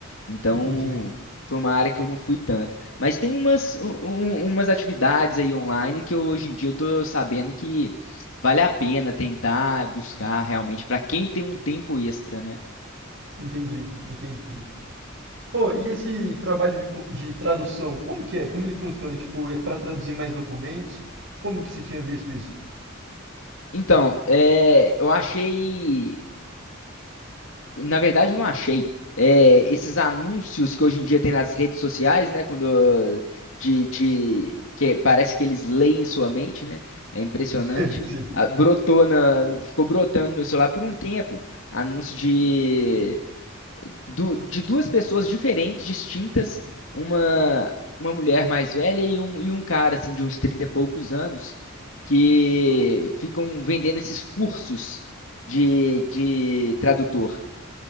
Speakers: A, on the left; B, on the right.
A: Então,
B: Entendi,
A: foi uma área que eu não fui tanto. Mas tem umas, um- um- umas atividades aí online que eu, hoje em dia eu tô sabendo que vale a pena tentar buscar realmente para quem tem um tempo extra, né?
B: entendi, entendi. Pô, e esse trabalho de, co- de tradução, como que é? Como ele funciona? Tipo, é para traduzir mais documentos? Como que você tinha visto isso?
A: Então, é, eu achei Na verdade, eu não achei. É, esses anúncios que hoje em dia tem nas redes sociais, né? Quando de, de- que parece que eles leem sua mente, né? É impressionante.
B: <laughs> Sim,
A: Ah, brotou na, ficou brotando no meu celular por um tempo. Anúncio de, du- de duas pessoas diferentes, distintas, uma uma mulher mais velha e um, e um cara assim de uns 30 e poucos anos que ficam vendendo esses cursos de, de tradutor